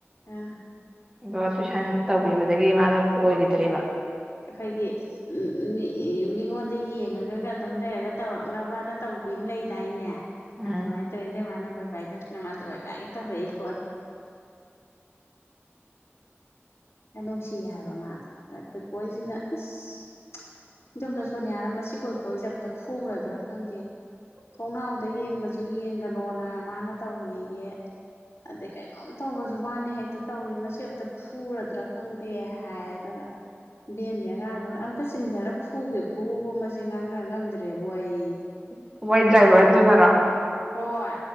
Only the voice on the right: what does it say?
ꯑꯗꯣ ꯇꯨꯏꯁꯟ ꯇꯧꯕꯤꯕꯗꯒꯤ ꯃꯥꯗꯣ ꯀꯣꯏꯒꯤꯗ꯭ꯔꯦꯕ꯫
ꯎꯝ
<unintelligible> ꯗ꯭ꯔꯥꯏꯕꯔ ꯗꯨꯅꯔ